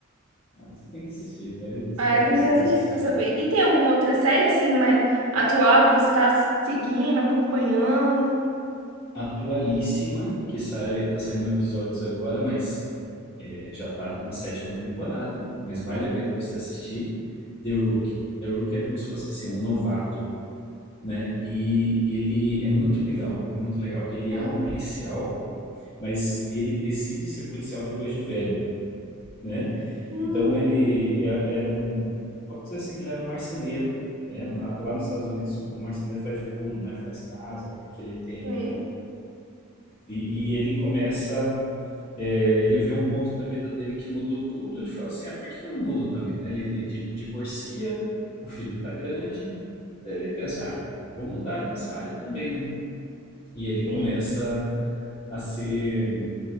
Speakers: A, on the left (about 30°); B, on the right (about 80°).
A: Ah, você tem que assistir, vai- você
B: Ah,
A: vai gostar
B: tem que assistir
A: de assistir.
B: pra saber. E tem alguma outra série assim mais atual que você tá s- seguindo, acompanhando?
A: Atualíssima, que sai, tá saindo episódios agora, mas é, já tá na sétima temporada, mas vale
B: Hum.
A: a pena você assistir. The Rookie. The Rookie é como se fosse assim, um novato, né? E ele é muito legal, é muito legal. Ele
B: Ah,
A: é um policial mas ele decide ser policial depois de velho, né?
B: Hum.
A: Então ele era, era um, vamos dizer assim que ele era um marceneiro, né? Na- lá nos Estados Unidos o marceneiro faz de tudo, né? Faz casa porque ele tem
B: Tem,
A: e, e ele começa é, ele vê um ponto da vida dele que mudou tudo, ele fala assim, ah, por que que eu não mudo também, né? Ele, ele di- divorcia, o filho tá grande, daí ele pensa, ah, vou mudar nessa área também, né? E ele começa
B: Sim.
A: a ser